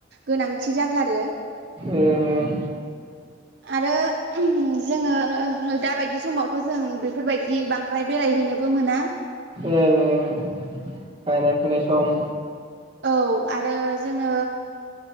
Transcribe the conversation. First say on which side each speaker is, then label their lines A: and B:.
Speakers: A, on the right (about 65°); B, on the right (about 30°).
A: गोनांथि जाथारो
B: ओं ओं
A: आरो जोङो दाबायदि समावथ' जों बेफोरबायदि बांद्राय बेरायहैनोबो मोना
B: ओं ओं गायनाय फुनाय सम
A: औ आरो जोङो